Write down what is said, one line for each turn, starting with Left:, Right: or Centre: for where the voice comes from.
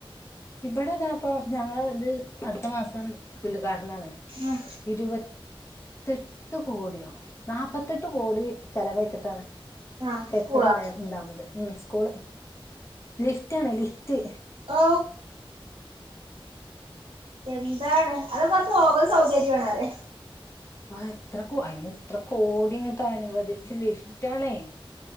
Left: ഇവിടെതാപ്പോഞങ്ങൾ ഇത് അടുത്ത മാസം ഉൽഘാടനം നാണ്ഇരുപത്തിയെട്ട്
Right: ഉം
Left: പത്ത് കോടിയോ നാൽപ്പത്തെട്ട് കോടി ചെലവഴിച്ചിട്ടാണ്
Right: ആഹ്
Left: കെടിട്ടംഅവിടെ
Right: സ്കൂളാ
Left: ഉണ്ടാവണത് ഉ സ്കൂള് ലിഫ്റ്റ് ആണ്ലിഫ്റ്റ്
Right: ഔ എന്താണ് അത് കൊറച്ച് ഓവർസൗകര്യയാണ്
Left: ആ എത്ര കോ അയിന് എത്ര കോടി ഇങ്ങോട്ട് അനുവദിച്ച ലിഫ്റ്റ് ആണേ